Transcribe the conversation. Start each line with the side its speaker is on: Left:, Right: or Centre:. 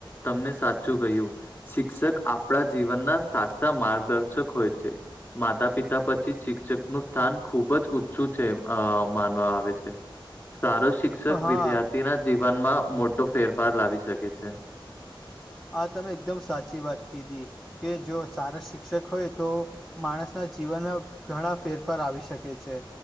Left: તમને સાચું કહ્યું શિક્ષક આપણા જીવનના માર્ગદર્શક હોય છે. માતા પિતા પછી શિક્ષક નું સ્થાન ખુબ જ ઊંચું છે અ માનવા આવે છે. સારો શિક્ષક
Centre: હા
Left: વિદ્યાર્થી ના જીવનમાં મોટો ફેરફાર લાવી શકે છે.
Centre: આ તમે એકદમ સાચી વાત કીધી કે જો સારા શિક્ષક હોય તો માણસના જીવનમાં ઘણા ફેરફાર આવી શકે છે.